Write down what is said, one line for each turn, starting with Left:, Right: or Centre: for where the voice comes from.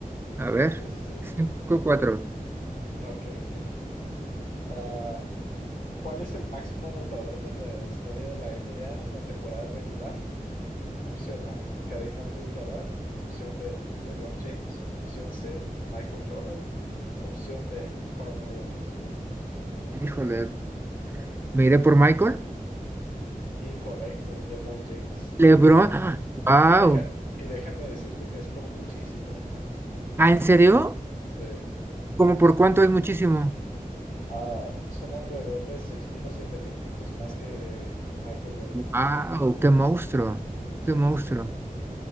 Right: A ver.
Left: sí, sí, sí.
Right: cinco cuatro
Left: Ok, ok. Ah, ¿cuál es el máximo anotador de la historia de la NBA en la temporada regular? Opción A, Kareem Abdul-Jabbar. Opción B, LeBron James. Opción C, Michael Jordan. Opción D, Karl Malone.
Right: Híjole, Me iré por Michael.
Left: Incorrecto, LeBron James.
Right: LeBron.
Left: Y,
Right: Wow.
Left: y deja, y déjame decirte que es por muchísimo, ¿eh?
Right: ¿Ah, en serio?
Left: Sí.
Right: ¿Cómo por cuánto es muchísimo?
Left: Ah, son alrededor de 6.000 o 7.000 puntos más que Michael Jordan.
Right: Wow, qué monstruo.
Left: Sí,
Right: Qué monstruo.
Left: sí, sí.